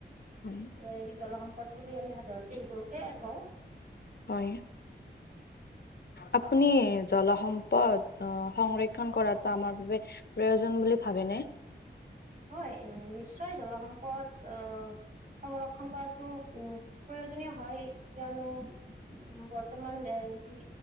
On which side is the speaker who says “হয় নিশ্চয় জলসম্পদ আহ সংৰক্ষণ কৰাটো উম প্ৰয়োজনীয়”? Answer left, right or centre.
Right